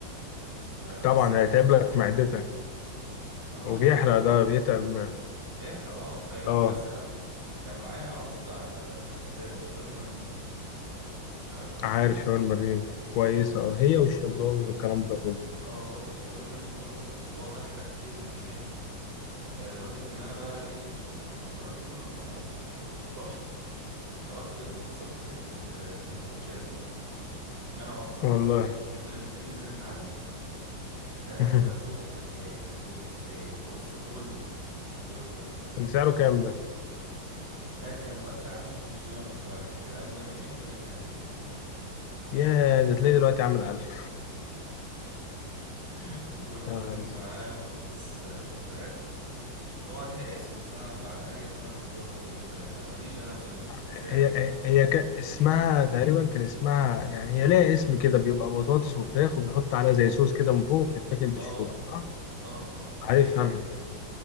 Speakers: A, on the right; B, on the left.
A: فصعب
B: طبعا هيتعب لك معدتك
A: اه
B: وبيحرق
A: لا كان
B: ده بيتعب معاه
A: بيحرق اه وكان
B: اه
A: مثلا كان معايا عروض على آه، شاورما الريم عارف- عارفه
B: عارف شاورما الريم كويسه
A: ده
B: اه هي والشبراوي والكلام ده كله
A: اه برضو شاورما ريم برضو كنت بقعد احرق كتير من هناك آه، لدرجة ان انا بقى ايه كنا جربت كل الاصناف رحت طلبت البوكس ابو ست آه، سندوتشات ده انا وواحد صاحبي
B: والله
A: احنا الاتنين نزلنا عليهم آه
B: <laughs>
A: كفتة تلاقي سجق تلاقي بص كله كله
B: كان سعره كام ده
A: ده كان وقتها عامل 500 وشوية الكلام ده من امتى من سنتين
B: يا ده تلاقي دلوقتي عامل 1000
A: <laughs> وكنا
B: <laughs>
A: طالبين
B: يا عارف
A: معاه بطاطس آه، بالفراخ طبعا ليها اسم بس انا بع- هي اسمها بالنسبة لي بطاطس بالفراخ انا ماليش انا في الاسامي
B: هي
A: دي
B: هي هي ك... اسمها تقريبا كان اسمها يعني هي لها اسم كده بيبقى بطاطس وفراخ وبيحط عليها زي صوص كده من فوق وبتتاكل بالشوكة
A: اه
B: صح؟
A: اه اه
B: عارف
A: اه هي كانت
B: انا
A: كده